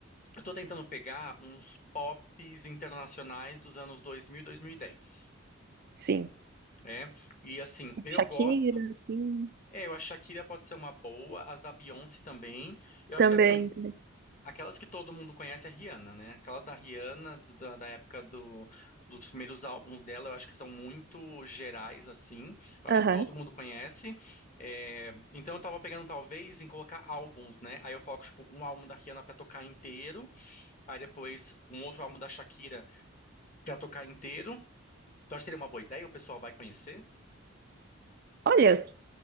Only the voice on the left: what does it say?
Eu tô tentando pegar uns pops internacionais dos anos 2000 e 2010,
né? E assim,
eu
gosto.
É, eu acho que a Shakira pode ser uma boa, as da Beyoncé também. Eu
acho que assim,
aquelas que todo mundo conhece é a Rihanna, né? Aquelas da Rihanna, do- da, da época do- dos primeiros álbuns dela, eu acho que são muito gerais, assim. Eu
acho que todo mundo conhece. É, então eu tava pegando, talvez, em colocar álbuns, né? Aí eu coloco, tipo, um álbum da Rihanna pra tocar inteiro. Aí depois um outro álbum da Shakira Pra tocar inteiro. Tu acha que seria uma boa ideia? O pessoal vai conhecer?